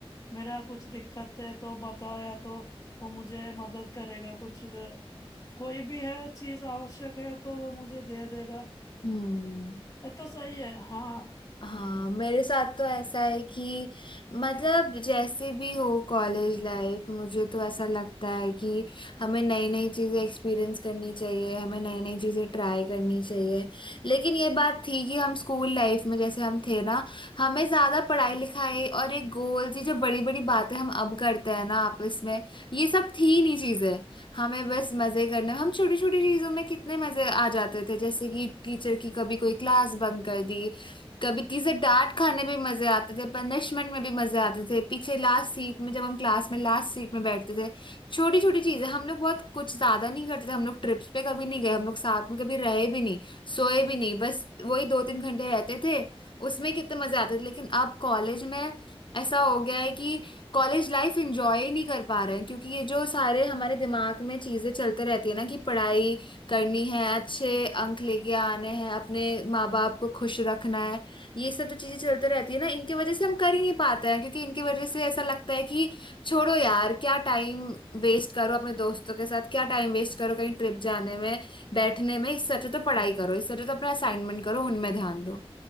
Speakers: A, on the left (about 35°); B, on the left (about 55°).
A: मेरा कुछ दिक्कत है तो बताया तो वो मुझे मदद करेगा कुछ कोई भी है चीज आवश्यक है तो वो मुझे दे देगा
B: हम्म
A: ये तो सही है हाँ
B: हाँ मेरे साथ तो ऐसा है कि मतलब जैसे भी हो कॉलेज लाइफ मुझे तो ऐसा लगता है कि हमें नई नई चीज़ें एक्सपीरियंस करनी चाहिए हमें नई नई चीज़ें ट्राई करनी चाहिए लेकिन ये बात थी कि हम स्कूल लाइफ में जैसे हम थे ना हमें ज़्यादा पढ़ाई लिखाई और एक गोल ये जो बड़ी बड़ी बातें हम अब करते हैं ना आपस में ये सब थी नहीं चीज़ें हमें बस मज़े करने हम छोटी छोटी चीज़ों में कितने मज़े आ जाते थे जैसे कि टीचर की कभी कोई क्लास बंक कर दी कभी किसे डांट खाने में भी मजे आते थे पनिशमेंट में भी मजे आते थे पीछे लास्ट सीट में जब हम क्लास में लास्ट सीट में बैठते थे छोटी छोटी चीजें हम लोग बहुत कुछ ज्यादा नहीं करते थे हम लोग ट्रिप्स पे कभी नहीं गए हम लोग साथ में कभी रहे भी नहीं सोए भी नहीं बस वही दो तीन घंटे रहते थे उसमें कितने मजे आते थे लेकिन अब कॉलेज में ऐसा हो गया है कि कॉलेज लाइफ एंजॉय ही नहीं कर पा रहे हैं क्योंकि ये जो सारे हमारे दिमाग में चीजें चलते रहती है ना कि पढ़ाई करनी है अच्छे अंक लेके आने हैं अपने माँ बाप को खुश रखना है ये सब जो चीजें चलते रहती है ना इनके वजह से हम कर ही नहीं पाते हैं क्योंकि इनके वजह से ऐसा लगता है कि छोड़ो यार क्या टाइम वेस्ट करो अपने दोस्तों के साथ क्या टाइम वेस्ट करो कहीं ट्रिप जाने में बैठने में इससे अच्छा तो पढ़ाई करो इससे अच्छा तो अपना असाइनमेंट करो उनमें ध्यान दो